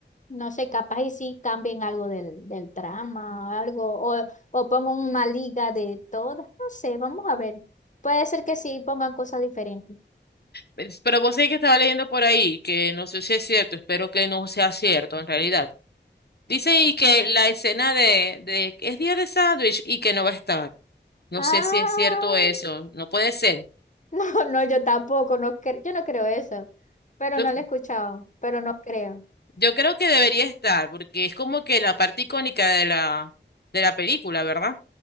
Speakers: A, on the left (about 40°); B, on the left (about 60°).
A: no sé, capaz y sí cambien algo del, del trama, algo, o, o pongan una liga de todas, no sé, vamos a ver. Puede ser que sí pongan cosas diferentes.
B: Es- Pero vos sabés que estaba leyendo por ahí, que no sé si es cierto, espero que no sea cierto en realidad. Dice y que la escena de, de es día de sándwich y que no va a estar. No
A: Ah.
B: sé si es cierto eso, no puede ser.
A: <laughs> No, no, yo tampoco, no cre- yo no creo eso, pero
B: Yo,
A: no lo he escuchado, pero no creo.
B: yo creo que debería estar, porque es como que la parte icónica de la, de la película, ¿verdad?